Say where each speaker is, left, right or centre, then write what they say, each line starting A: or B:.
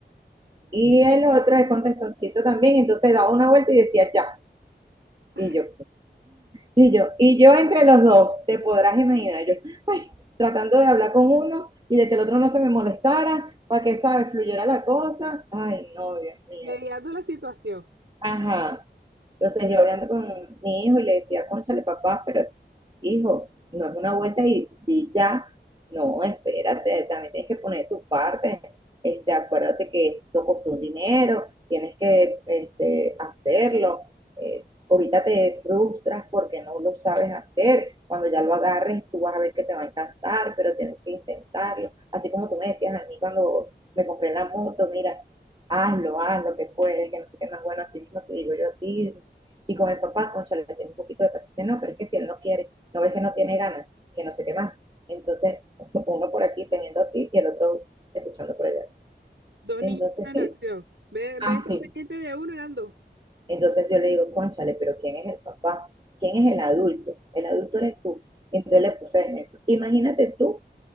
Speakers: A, on the right; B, on the right.
A: Y el otro es contestoncito también, entonces daba una vuelta y decía ya.
B: Ay,
A: Y yo, y yo, y yo entre los dos, te podrás imaginar, yo, ay, tratando de hablar con uno y de que el otro no se me molestara, para que, ¿sabes?, fluyera la cosa. Ay, no, Dios mío.
B: mediando la situación.
A: Ajá. Entonces yo hablando con mi hijo y le decía, cónchale papá, pero hijo, no es una vuelta y, y ya, no, espérate, también tienes que poner tu parte, este, acuérdate que esto costó un dinero, tienes que este, hacerlo, eh, ahorita te frustras porque no lo sabes hacer, cuando ya lo agarres tú vas a ver que te va a encantar, pero tienes que intentarlo, así como tú me decías a mí cuando me compré la moto, mira, hazlo, haz lo que puedes, que no sé qué más bueno, así mismo te digo yo a ti. Y con el papá, concha, le tengo un poquito de paciencia, no, pero es que si él no quiere, no ves que no tiene ganas, que no sé qué más. Entonces, <laughs> uno por aquí teniendo aquí y el otro escuchando por allá.
B: Dos
A: Entonces,
B: niños en
A: sí,
B: acción. Ve,
A: así.
B: ve, pendiente de uno, eran dos.
A: Entonces yo le digo, cónchale pero ¿quién es el papá? ¿Quién es el adulto? El adulto eres tú. Entonces le puse ejemplo. Imagínate tú